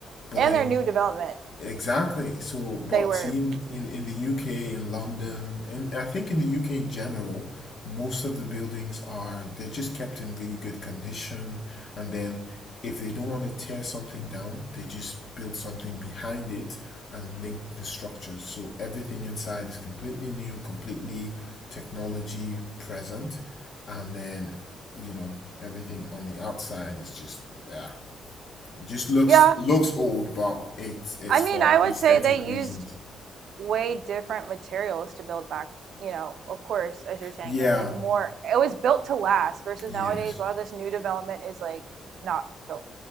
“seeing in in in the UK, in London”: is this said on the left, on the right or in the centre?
Left